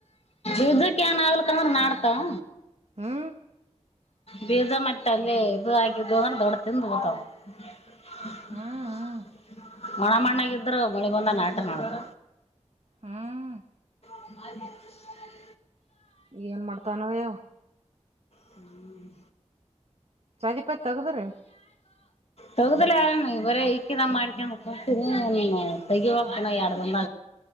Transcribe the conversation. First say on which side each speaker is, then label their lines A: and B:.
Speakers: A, on the left; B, on the right.
A: ಯಜಕ್ಕೆ ಏನ್ ಆಗ್ಲಕಂದ್ರ ನಾಡ್ತಾವ
B: ಹಾ
A: ಬೀಜ ಮಟ್ಟಲ್ಲಿ ಇದು ಆಗಿದ್ದು ಅಂದ್ರೆ ದೊಡ್ಡ ತಿಂದ ಹೋತವ. <unintelligible>
B: ಹ್ಮ್
A: ಮಣ ಮಣ್ಣಗಿದ್ರು ಮಣಿ ಬಂದ ನ ಆಟ ನಡ್ತ
B: ಹ್ಮ್
A: ಹ
B: ಏನ್ ಮಾಡ್ತಾನೇ
A: ಹ್ಮ್
B: ಸಧಿಪತ್ ತಗದ್ರೀ
A: ತೊಗುದಲ ಯಾರ ಇವರ ಇಕಿದಾ ಮಾಡಡಿಕ ನೀ ತೆಗಿವಾ ಯಡಂದ